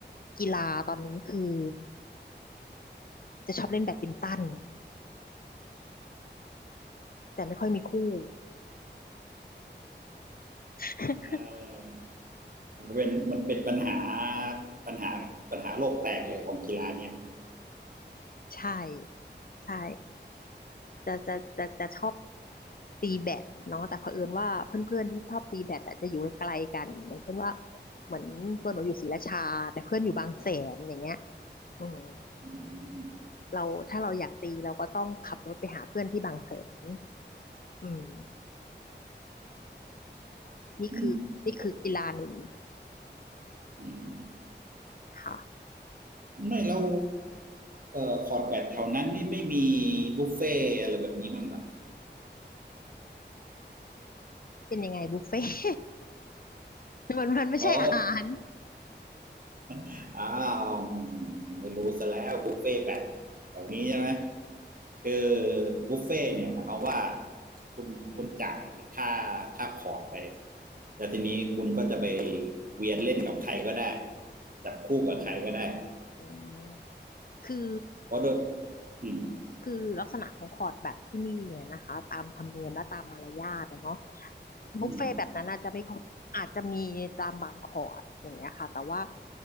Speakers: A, on the left; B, on the right.
A: กีฬาตอนนี้คือจะชอบเล่นแบดมินตันแต่ไม่ค่อยมีคู่ <laughs>
B: เออมันเป็นมันเป็นปัญหาปัญหาปัญหาโลกแตกเลยของกีฬาเนี่ย
A: ใช่ใช่ จะจะจะจะชอบตีแบดเนาะแต่เผอิญว่าเพื่อนๆที่ชอบตีแบดอะจะอยู่ไกลกันอย่างเช่นว่าเหมือนตัวหนูอยู่ศรีราชาแต่เพื่อนอยู่บางแสนอย่างเงี้ยอืม
B: อืม
A: เราถ้าเราอยากตีเราก็ต้องขับรถไปหาเพื่อนที่บางแสนอืมนี่คือนี่คือกีฬาหนึ่ง
B: อืมอืม
A: ค่ะอืม
B: ไม่เราเอ่อคอร์ดแบดแถวนั้นนี่ไม่มีบุฟเฟ่ต์อะไรแบบนี้มั้งเหรอ
A: เป็นยังไงบุฟเฟ่ต์ <laughs> มันมันไม่ใช่อาหาร
B: อ๋อ <laughs> อ้าวไม่รู้ซะแล้วบุฟเฟ่ต์แบดแถวนี้ใช่ไหม คือบุฟเฟ่ตเนี่ยหมายความว่าคุณคุณจ่ายค่าค่าคอร์สไปแล่ทีนี้คุณก็จะไปเวียนเล่นกับใครก็ได้จับคู่กับใครก็ได้
A: <laughs> อืมคือ
B: เพราะด้วยอืม
A: คือลักษณะของคอร์ดแบบที่นี่เนี่ยนะคะตามธรรมเนียมและตามมารยาทอะเนาะบุฟเฟ่ต์แบบนั้นอาจจะไม่ค่อยอาจจะมีตามบางคอร์ดอย่างเงี้ยค่ะแต่ว่า
B: อืม